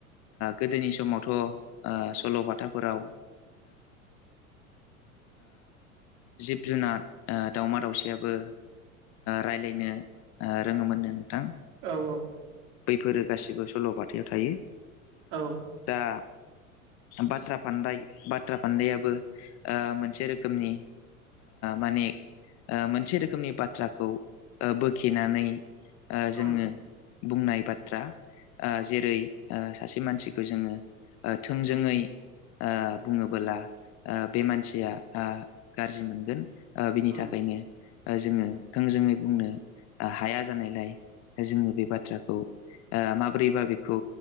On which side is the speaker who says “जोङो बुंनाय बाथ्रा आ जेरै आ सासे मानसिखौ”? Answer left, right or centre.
Left